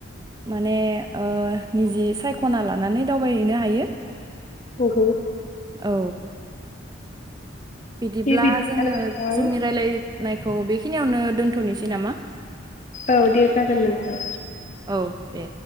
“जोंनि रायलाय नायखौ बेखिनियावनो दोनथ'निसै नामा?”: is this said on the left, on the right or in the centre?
Right